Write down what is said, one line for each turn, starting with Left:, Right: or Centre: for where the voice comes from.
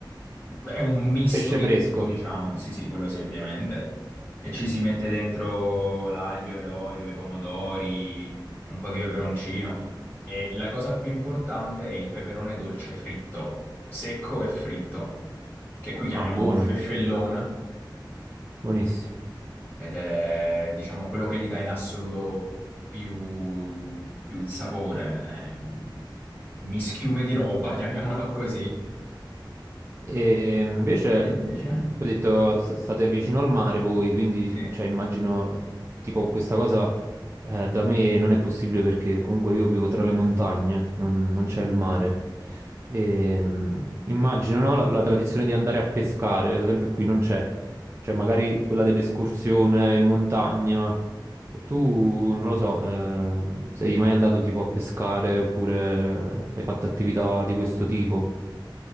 Left: è un misto
Right: pesce
Left: di
Right: fresco.
Left: tutto, diciamo. Sì, sì, quello sì, ovviamente. E ci si mette dentro l'aglio, l'olio, i pomodori, un po' di peperoncino. E la cosa più importante è il peperone dolce fritto, secco e fritto, che qui chiamiamo
Right: Ah, buono,
Left: feffellona,
Right: buonissimo.
Left: ed è, diciamo, quello che gli dà in assoluto più, più il sapore. È un mischiume di roba, <laughs> chiamiamolo così.
Right: E invece,
Left: Da te invece?
Right: mh, tu hai detto s- state vicino al mare voi, quindi
Left: Sì.
Right: cioè, immagino tipo questa cosa eh, da me non è possibile perché comunque io vivo tra le montagne, non, non c'è il mare. E, mh, immagino no, la, la tradizione di andare a pescare, ad esempio qui non c'è, cioè magari quella dell'escursione in montagna. Tu, non lo so, ehm, sei mai andato tipo a pescare oppure hai fatto attività di questo tipo?